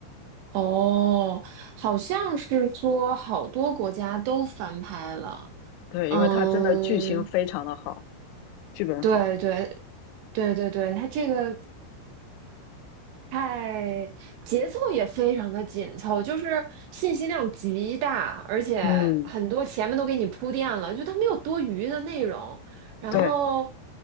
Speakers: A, on the right; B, on the left.
A: 哦，好像是说好多国家都翻拍了。
B: 对，
A: 嗯，
B: 因为它真的剧情非常的好，剧本好。
A: 对对对对对，它这个太节奏也非常的紧凑，就是信息量极大，而且很多前面都给你铺垫了，
B: 嗯，
A: 就它没有多余的内容，然后
B: 对，